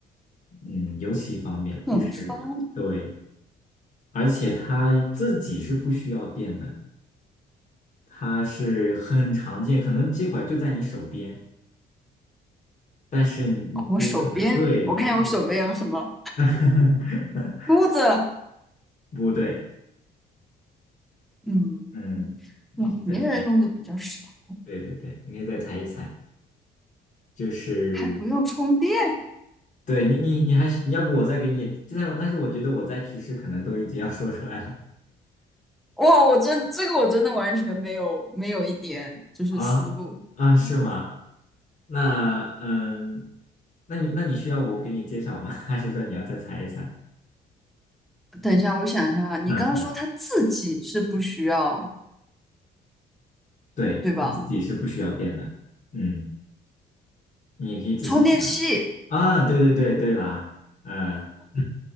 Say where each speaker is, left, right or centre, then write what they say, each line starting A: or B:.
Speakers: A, on the left; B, in the centre.
A: 嗯，尤其方便，
B: 很方便，
A: 就是对，而且它自己是不需要电的，它是很常见，可能这会儿就在你手边，但是你就可能对，
B: 我手边，我看我手边有什么
A: 你看，<laughs>
B: 梳子，
A: 不对，
B: 嗯，
A: 嗯，你可以再猜，
B: 老年人用的比较少，
A: 对对对，你可以再猜一猜，就是
B: 还不用充电。
A: 对你你你还是你要不我再给你，现在我但是我觉得我在提示可能都已经要说出来了，
B: 哇，我真这个我真的完全没有没有一点就是思路。
A: 啊啊，是吗？那嗯，那你那你需要我给你揭晓吗？<laughs> 还是说你要再猜一猜？
B: 等一下，我想一下啊，你刚刚说他自己是不需要，
A: 嗯，对，
B: 对吧？
A: 自己是不需要电的。嗯，你可以仔细讲
B: 充电器，
A: 啊。对对对对啦，嗯，<laughs>